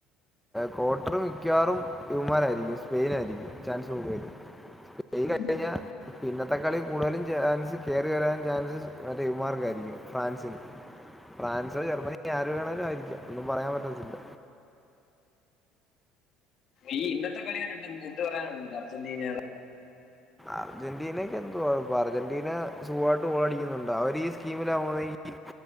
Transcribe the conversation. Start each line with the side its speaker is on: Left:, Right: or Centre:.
Centre: ക്വാർട്ടറ് മിക്കവാറും ഇവന്മാരായിരിക്കും സ്പെയിനായിരിക്കും ചാൻസ് കൂടുതല്.
Left: ഉം.
Centre: <inaudible> ഇന്നത്തെ കളി കൂടുതലും ചാൻസ് കേറി വരാൻ ചൻസ് മററ്റെ ഇവൻമാർക്കായിരിക്കും ഫ്രാൻസിന് ഫ്രാൻസോ ജർമ്മനിയോ ആരു വേണേലും ആയിരിക്കാം ഒന്നും പറയാൻ പറ്റത്തില്ല.
Left: ഈ ഇന്നത്തെ കളിട്ട് എന്ത് പറയാനുണ്ട്? അർജന്റീനേടെ?
Centre: അർജന്റീനക്ക് എന്തുവാ ഇപ്പ അർജന്റീന സുഖായിട്ട് ഗോളടിക്കുന്നുണ്ട് അവര് ഈ സ്കീമിലാവുവാണെങ്കി